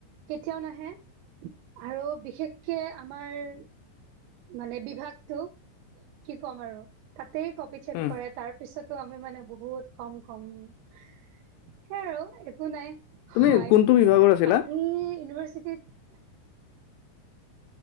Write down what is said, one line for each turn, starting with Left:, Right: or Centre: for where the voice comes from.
Right: কেতিয়াও নাহে। আৰু বিশেষকে আমাৰ মানে বিভাগতটো কি ক'ম আৰু তাতে কপি চেক
Left: উম,
Right: কৰে তাৰ পিছত টো আমি মানে বহুত কম-কম সেইয় আৰু একো নাই।
Left: তুমি
Right: হয়
Left: কোনটো বিভাগৰ আছিলা?
Right: বাকী ইউনিভাৰ্চিটিত